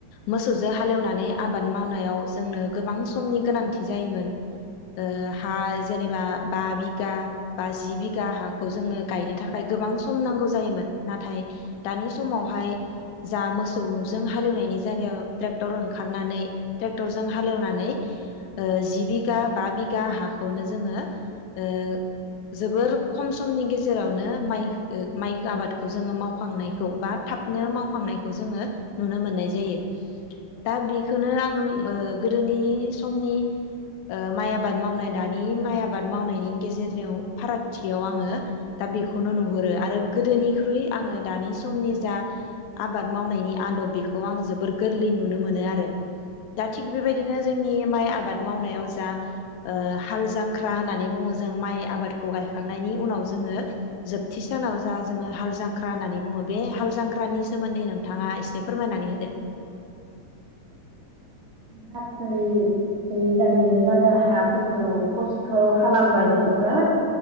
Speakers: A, on the left; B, on the right.
A: मोसौजो हालेवनानै आबाद मावनायाव जोंनो गोबां समनि गोनांथि जायोमोन। ओ हाज जेनेबा बा बिघा बाजि बिघा हाखौ जोङो गायनो थाखाय गोबां सम नांगौ जायोमोन। नाथाय दानि समावहाय जा मोसौजों हालौनायनि जायगायाव ट्रेक्टर ओंखारनानै ट्रेक्टरजों हालेवनानै ओ जि बिघा बा बिघा हाखौनो जोङो ओ जोबोर खम समनि गेजेरावनो माइ माइ आबादखौ जोङो मावखांनायखौ बा थाबनो मावखांनायखौ जोङो नुनो मोननाय जायो। दा बेखौनो आङो ओ गोदोनि समनि ओ माइ आबाद मावनाय दानि माइ आबाद मावनायनि गेजेरनियाव फारागथियाव आङो दा बेखौनो नुहुरो आरो गोदोनिख्रुइ आङो दानि समनि जा आबाद मावनायनि आदब बेखौ आङो जोबोर गोरलै नुनो मोनो आरो। दा थिग बेबायदिनो जोंनि माइ आबाद मावनायाव जा ओ हाल जांख्रा होननानै बुङो जों माइ आबादखौ गायखांनायनि उनाव जोङो जोबथि सानाव जा जोङो हाल जां ख्रा होननानै बुङो बे हाल जांख्रानि सोमोन्दै नोंथाङा एसे फोरमायनानै होदो।
B: गासै गायनो लागा हाफोरखौ खस्थ' खालामबाय जेनबा